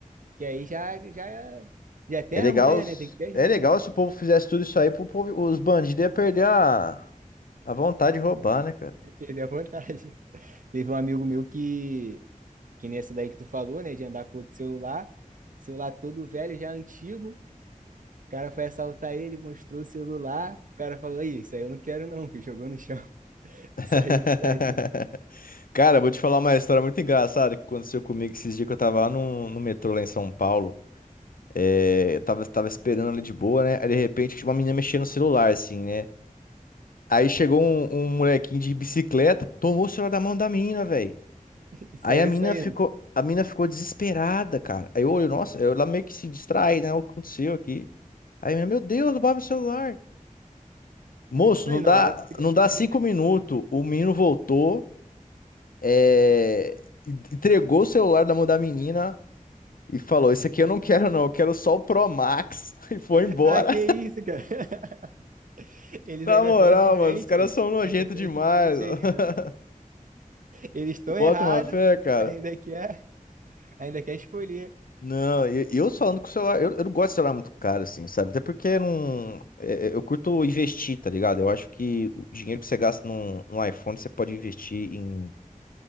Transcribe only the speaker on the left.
É
legal,
é
legal se o povo fizesse tudo isso aí, pro povo- os bandidos iam perder a, a vontade de roubar, né, cara?
<laughs>
Cara, eu vou te falar uma história muito engraçada que aconteceu comigo esses dias que eu tava lá no, no metrô lá em São Paulo. É, eu tava, tava esperando ali de boa, né? Aí de repente tinha uma menina mexendo no celular, assim, né? Aí chegou um, um molequinho de bicicleta, tomou o celular da mão da menina, velho.
Aí a menina
ficou, a menina ficou desesperada, cara. Aí eu olho, nossa, eu lá meio que se distrai, né? O que aconteceu aqui? Aí, minha, meu Deus, roubaram o celular. Moço,
não
dá,
não
dá
cinco minutos. O menino voltou, é, entregou o celular da mão da menina e falou: Esse aqui eu não quero, não. Eu quero só o Pro Max. <laughs> E foi embora.
Na
moral,
mano, os caras
são nojentos
demais.
<laughs>
Bota
uma fé, cara.
Não, e- e eu falando com o celular, eu, eu não gosto de celular muito caro, assim, sabe? Até porque eu não, é, é, eu curto investir, tá ligado? Eu acho que o dinheiro que você gasta num, num iPhone, você pode investir em